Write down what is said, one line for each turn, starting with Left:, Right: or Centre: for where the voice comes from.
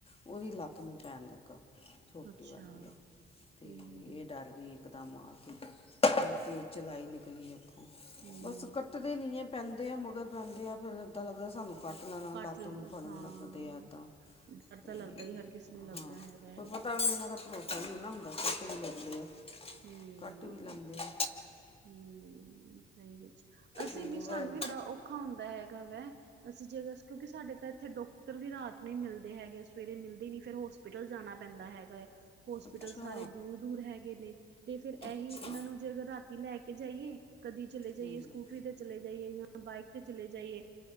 Left: ਉਹਦੀ ਲਤ ਨੂੰ ਪੈਣ ਲੱਗਾ ਛੋਟੀ
Right: ਅੱਛਾ
Left: ਵਾਲੀ
Right: ਹਮ
Left: ਦੇ ਤੇ
Right: ਹਮ ਹਮ
Left: ਇਹ ਡਰ ਗਈ ਇੱਕ ਦਮ ਆਕੇ ਤੇਜ਼ ਚਲਾਈ ਨਿਕਲੀ ਉੱਥੋਂ
Right: ਹੂੰ
Left: ਸੋ ਕੱਟਦੇ ਨਹੀਂ ਹੈ ਪੈਂਦੇ ਆ ਮਗਰ ਪੈਂਦੇ ਆ ਫਿਰ ਇੱਦਾਂ ਲੱਗਦਾ ਸਾਨੂੰ ਕੱਟ ਲੈਣਾ
Right: ਕੱਟ
Left: ਲੱਤ
Right: ਲੈਣਗੇ
Left: ਨੂੰ ਫੜਨ
Right: ਹਾਂ
Left: ਲੱਗਦੇ ਆਂ ਤੇ
Right: ਡਰ ਤਾਂ ਲੱਗਦਾ ਹੀ ਹਰ ਕਿਸੇ ਨੂੰ ਲੱਗਦਾ
Left: ਹਾਂ
Right: ਹੈਗਾ
Left: ਕੋਈ
Right: ਆ
Left: ਪਤਾ ਵੀ ਇਹਨਾਂ ਦਾ ਭਰੋਸਾ ਨਹੀਂ ਨਾ ਹੁੰਦਾ ਕੱਟ ਵੀ ਲੈਂਦੇ ਆ
Right: ਤੇ,
Left: ਕੱਟ ਵੀ ਲੈਂਦੇ ਆ
Right: ਹੂੰ ਸਹੀ ਵਿੱਚ ਅਸੀਂ
Left: ਮੋਬਾਈਲ
Right: ਵੀ ਸਾਨੂੰ ਵੀ ਬੜਾ ਔਖਾ ਹੁੰਦਾ ਹੈਗਾ ਵਾ ਅਸੀਂ ਜੇ ਕਿਉਂਕਿ ਸਾਡੇ ਤਾਂ ਇੱਥੇ ਡਾ ਡਾਕਟਰ ਵੀ ਰਾਤ ਨੂੰ ਹੀ ਮਿਲਦੇ ਹੈਗੇ ਆ ਸਵੇਰੇ ਮਿਲਦੇ ਹੀ ਨੀ ਫਿਰ ਹੋਸਪਿਟਲ ਜਾਣਾ ਪੈਂਦਾ ਹੈਗਾ ਆ ਹੋਸਪਿਟਲ
Left: ਅੱਛਾ
Right: ਸਾਰੇ ਦੂਰ, ਦੂਰ ਹੈਗੇ ਨੇ ਤੇ ਫੇਰ ਇਹੀ
Left: ਅੱਛਾ
Right: ਇਹਨਾਂ ਨੂੰ ਜੇ ਅਗਰ ਰਾਤੀ ਲੈ ਕੇ ਜਾਈਏ ਕਦੀ ਚਲੇ ਜਾਈਏ
Left: ਹੂੰ
Right: ਸਕੂਟਰੀ ਤੇ ਚਲੇ ਜਾਈਏ ਜਾਂ ਬਾਈਕ ਤੇ ਚਲੇ ਜਾਈਏ